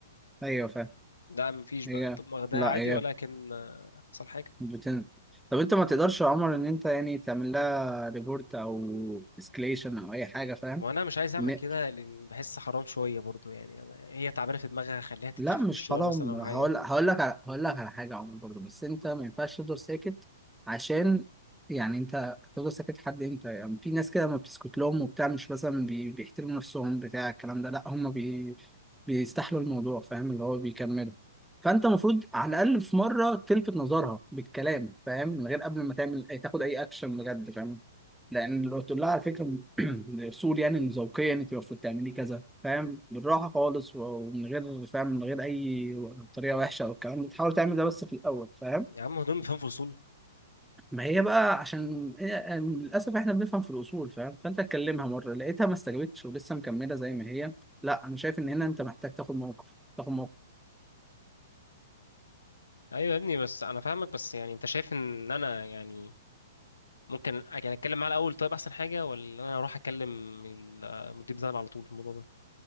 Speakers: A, in the centre; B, on the left.
A: ايوه فاهم
B: ده مفيش
A: هي
B: بقى تقوم واخداها
A: لا
B: عادي
A: هي
B: ولكن آه، حصل حاجه
A: بتن... طب انت ما تقدرش يا عمر ان انت يعني تعمل لها ريبورت او اسكليشن او اي حاجه فاهم
B: ما انا مش عايز اعمل
A: ان
B: كده لان بحس حرام شويه برضو يعني أنا هي تعبانه في دماغها خليها تترفد
A: لا مش
B: من الشغل
A: حرام
B: مثلا او
A: هقول
B: حاجه
A: هقول لك على... هقول لك على حاجه يا عمر برضه بس انت ما ينفعش تفضل ساكت عشان يعني انت هتفضل ساكت لحد امتى يعني في ناس كده ما بتسكت لهم وبتاع مش مثلا بي... بيحترموا نفسهم بتاع الكلام ده لا هم بي... بيستحلوا الموضوع فاهم اللي هو بيكملوا فانت المفروض على الاقل في مره تلفت نظرها بالكلام فاهم من غير قبل ما تعمل أي- تاخد اي اكشن بجد فاهم لان لو قلت لها على فكره <clears throat> الاصول يعني إن ذوقيا يعني انت المفروض تعملي كذا فاهم بالراحه خالص و- ومن غير فاهم من غير اي طريقه وحشه او الكلام ده تحاول تعمل ده بس في الاول فاهم
B: يا عم هدول فاهم في اصول
A: ما هي بقى عشان هي- يعني للاسف احنا بنفهم في الاصول فاهم فانت اتكلمها مره لقيتها ما استجابتش ولسه مكمله زي ما هي لا انا شايف ان هنا انت محتاج تاخد موقف تاخد موقف
B: ايوه يا ابني بس انا فاهمك بس يعني انت شايف ان انا يعني ممكن يعني اتكلم معاه الاول طيب احسن حاجه ولا انا اروح اكلم المدير بتاعنا على طول في الموضوع ده